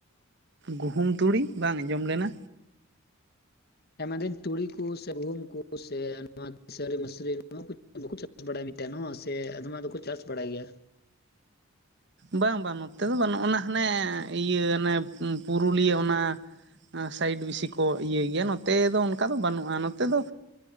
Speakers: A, on the right; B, on the left.
A: ᱜᱩᱦᱩᱢ ᱛᱩᱲᱤ ᱵᱟᱝ ᱟᱸᱡᱚᱢ ᱞᱮᱱᱟ
B: ᱦᱮᱸᱢᱮᱱᱫᱟᱹᱧ ᱛᱩᱲᱤ ᱠᱚ ᱥᱮ ᱜᱩᱦᱩᱢ ᱠᱚ ᱥᱮ ᱱᱚᱣᱟ ᱥᱟᱹᱨᱤ ᱢᱟᱥᱨᱤ ᱱᱚᱣᱟ ᱠᱚ ᱵᱟᱠᱚ ᱪᱟᱥ ᱵᱟᱲᱟ ᱢᱤᱫᱴᱮᱱ ᱦᱚᱸ ᱥᱮ ᱟᱫᱢᱟ ᱫᱚᱠᱚ ᱪᱟᱥ ᱵᱟᱲᱟᱭ ᱜᱮᱭᱟ
A: ᱵᱟᱝ ᱵᱟᱝ ᱱᱚᱛᱮ ᱫᱚ ᱵᱟᱹᱱᱩᱜᱱᱟ ᱦᱟᱱᱮ ᱤᱭᱟᱹ ᱚᱱᱮ ᱯᱩᱨᱩᱞᱤᱭᱟᱹ ᱚᱱᱟ ᱥᱟᱭᱤᱰ ᱵᱮᱥᱤ ᱠᱚ ᱤᱭᱟᱹ ᱜᱮᱭᱟ ᱱᱚᱛᱮ ᱫᱚ ᱚᱱᱠᱟ ᱫᱚ ᱵᱟᱹᱱᱩᱜᱼᱟ ᱱᱚᱛᱮ ᱫᱚ